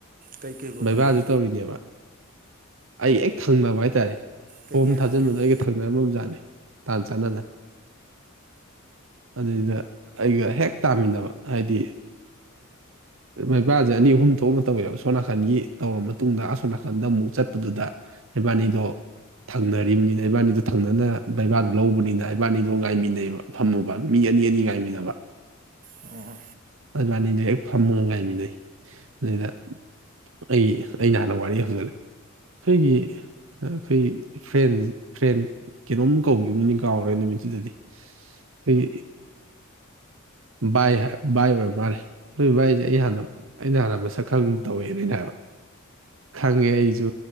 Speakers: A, on the right; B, on the right.
A: ꯀꯩꯀꯩꯕꯨ
B: ꯚꯩꯕꯥꯁꯨ
A: ꯍꯪꯉꯛꯀꯦ
B: ꯇꯧꯔꯤꯅꯦꯕ ꯑꯩꯒ ꯍꯦꯛ ꯊꯪꯅꯕ ꯍꯥꯏꯇꯥꯔꯦ
A: ꯀꯩꯀꯩ
B: ꯐꯣꯝ ꯊꯥꯖꯤꯟꯕꯗꯣ
A: ꯍꯪꯉꯛꯀꯦꯕ
B: ꯑꯩꯒ ꯊꯪꯅꯔꯝꯕꯖꯥꯠꯅꯦ ꯇꯥꯟ ꯆꯥꯟꯅꯅ ꯑꯗꯨꯏꯗ ꯑꯩꯒ ꯍꯦꯛ ꯇꯥꯃꯤꯟꯅꯕ ꯍꯥꯏꯗꯤ ꯃꯩꯕꯁꯦ ꯑꯅꯤ ꯑꯍꯨꯝ ꯊꯣꯛꯅ ꯇꯧꯋꯦꯕ ꯁꯣꯅꯥꯀꯟꯒꯤ ꯇꯧꯔꯕ ꯃꯇꯨꯡꯗ ꯑꯁꯣꯅꯥꯀꯟꯗ ꯑꯃꯨꯛ ꯆꯠ ꯑꯗꯨꯗꯨꯗ ꯔꯩꯕꯥꯅꯤꯗꯣ ꯊꯪꯅꯔꯤꯕꯅꯤꯅ ꯏꯕꯥꯅꯤꯗꯣ ꯊꯪꯅꯅ ꯕꯩꯕꯥꯗꯨ ꯂꯧꯕꯅꯤꯅ ꯏꯕꯥꯅꯤꯗꯣ ꯉꯥꯏꯃꯤꯟꯅꯩꯕ ꯐꯝꯃꯕ ꯃꯤ ꯑꯅꯤ ꯑꯅꯤ ꯉꯥꯏꯃꯤꯟꯅꯅꯕ
A: ꯑꯣ
B: ꯑꯜꯕꯥꯅꯤꯗꯨ ꯍꯦꯛ ꯐꯝꯃꯒ ꯉꯥꯏꯃꯤꯟꯅꯩ ꯑꯗꯨꯗ ꯑꯩ ꯑꯩꯅ ꯍꯥꯟꯅ ꯋꯥꯔꯤ ꯍꯧꯖꯔꯛ ꯑꯩꯈꯣꯏꯒꯤ ꯑꯩꯈꯣꯏ ꯐ꯭ꯔꯦꯟ ꯐ꯭ꯔꯦꯟ ꯀꯩꯅꯣꯝ ꯀꯧꯈꯤꯕꯅꯤ ꯀꯥꯎꯔꯦ ꯅꯨꯃꯤꯠꯇꯨꯗꯗꯤ ꯑꯩ ꯀ ꯏꯍ ꯚꯥꯏ ꯑꯣꯏꯔ ꯃꯥꯜꯂꯦ ꯑꯩꯈꯣꯏ ꯚꯏꯁꯦ ꯑꯩ ꯍꯥꯟꯅ ꯑꯩꯅ ꯍꯥꯟꯅ ꯃꯁꯛ ꯈꯪꯒ ꯇꯧꯋꯦꯅꯩꯅ ꯍꯥꯏꯕ ꯈꯪꯉꯦ ꯑꯩꯁꯨ